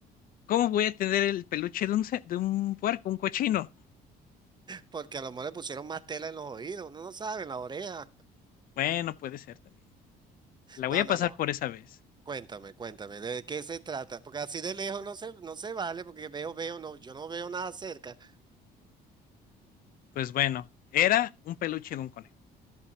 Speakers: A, on the left; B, on the right.
A: ¿cómo voy a tener el peluche de un, ce- de un puerco, un cochino?
B: porque a lo mejor le pusieron más tela en los oídos, uno no sabe, en la oreja.
A: Bueno, puede ser también. La
B: No,
A: voy a
B: no,
A: pasar
B: no.
A: por esa vez.
B: Cuéntame, cuéntame, ¿de qué se trata? Porque así de lejos no se, no se vale, porque veo, veo, no, yo no veo nada cerca.
A: Pues bueno, era un peluche de un conejo.